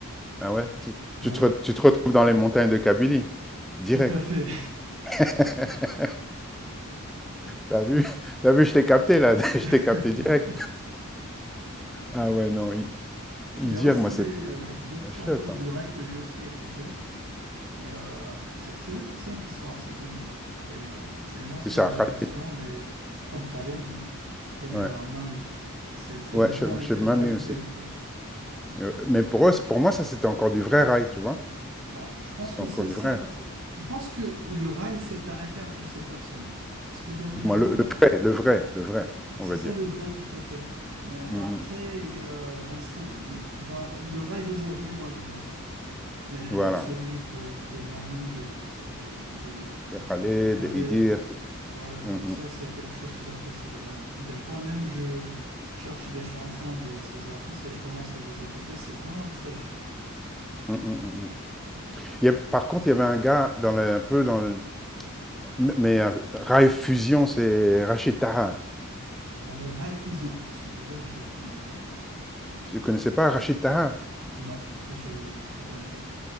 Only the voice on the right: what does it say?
Ah
oui,
tout à fait.
<laughs>
Il y a aussi
des, euh, d'autres
chanteurs
de rail que j'ai aussi écoutés. Il y a, c'est c'est des personnes qui sont assez connues. Et euh, c'est une ancienne
génération,
mais comme Khaled, oui, et
euh, Mami. C'est c'est
les deux,
en effet,
que j'ai écouté
le plus.
Bah, je pense
que
c'est
ça.
Je pense que le rail s'est arrêté après ces personnes. Parce que dernièrement,
c'est
ça
le vrai tout à fait. Mais après,
il y a un style. Bah, le rail d'aujourd'hui, moi, je l'aime pas. mais
celui pour de Mamie de, de,
de Khaled,
et
voilà,
donc ça
c'est quelque chose que j'apprécie vraiment. Des fois même je cherche des chansons de ces artistes et je commence à les écouter, c'est vraiment nostalgique.
Ah, le Rai Fusion, celui-là je le connais pas.
Ah, non, je je le connais pas.